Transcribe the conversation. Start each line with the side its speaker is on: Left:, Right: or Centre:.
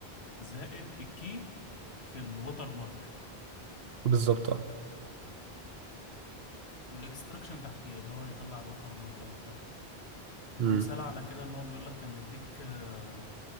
Left: زائد الكي في الوتر مارك
Right: بالظبط اه
Left: والاكستراكشن تحتيه اللي هو يطلع الوتر مارك لوحدها المثال
Right: مم.
Left: على كده ان هو بيقول لك كان بيديك آه،